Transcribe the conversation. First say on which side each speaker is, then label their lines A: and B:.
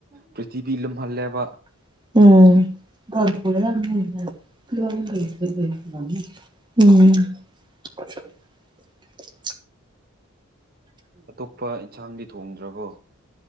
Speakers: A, on the right; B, on the right.
A: ꯄ꯭ꯔꯤꯊꯤꯕꯤ ꯂꯨꯝꯍꯜꯂꯦꯕ
B: ꯎꯝ <inaudible> ꯎꯝ
A: ꯑꯇꯣꯞꯄ ꯏꯟꯁꯥꯡꯗꯤ ꯊꯣꯡꯗ꯭ꯔꯕꯣ